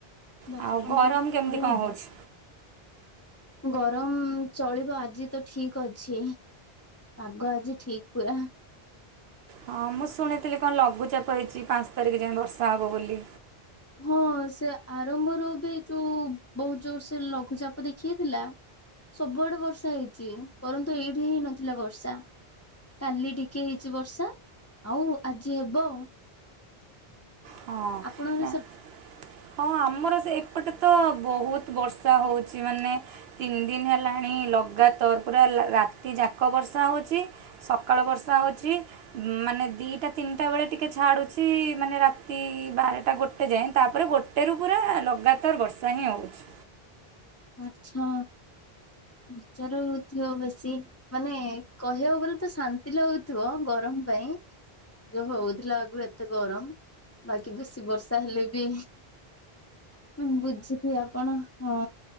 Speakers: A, on the left; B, on the right.
A: ଦଶ
B: ଆଉ
A: ପନ୍ଦର
B: ଗରମ
A: ମିନିଟ
B: କେମିତି
A: ପରେ
B: କଣ
A: ହେବା।
B: ହେଉଛି?
A: ଗରମ ଚଳିବ ଆଜି ତ ଠିକ ଅଛି। ପାଗ ଆଜି ଠିକ ପୁରା।
B: ହଁ ମୁଁ ଶୁଣିଥିଲି କଣ ଲଘୁଚାପ ହେଇଚି ପାଞ୍ଚ ତାରିଖ ଯାଏ ବର୍ଷା ହବ ବୋଲି।
A: ହଁ ସେ ଆରମ୍ଭରୁ ବି ଯୋଉଁ ବହୁତ ଜୋର ସେ ଲଘୁଚାପ ଦେଖେଇଥିଲା ସବୁଆଡେ ବର୍ଷା ହେଇଚି ପରନ୍ତୁ ଏଇଠି ହେଇ ନଥିଲା ବର୍ଷା। କାଲି ଟିକେ ହେଇଚି ବର୍ଷା ଆଉ ଆଜି ହେବ ଆଉ।
B: ହଁ
A: ଆପଣଙ୍କର
B: ନା ହଁ ଆମର ସେ ଏପଟେ
A: ଁ
B: ତ ବହୁତ ବର୍ଷା ହଉଚି ମାନେ ତିନି ଦିନ ହେଲାଣି ଲଗାତାର ପୁରା ରାତି ଯାକ ବର୍ଷା ହେଉଚି ସକାଳୁ ବର୍ଷା ହେଉଚି ମାନେ ଦି'ଟା ତିନି'ଟା ବେଳେ ଟିକେ ଛା ଡୁଚି ମାନେ ରା ରାତି ବାରଟା ଗୋଟେ ଯାଏ ତାପରେ ଗୋଟେରୁ ପୁରା ଲଗାତାର ବର୍ଷା ହିଁ ହେଉଚି।
A: ଆଛା। ବିଚାର ହଉଥିବ ବେଶୀ ମାନେ କହିବାକୁ ଗଲେ ତ ଶାନ୍ତି ଲାଗଥିବ ଗର ଗରମ ପାଇଁ ଯୋଉଁ ହଉଥିଲା ଆଗରୁ ଏତେ ଗରମ ବାକି ବେଶି ବର୍ଷା ହେଲେ ବି ହଁ ବୁଝିଥିବେ ଆପଣ ହଁ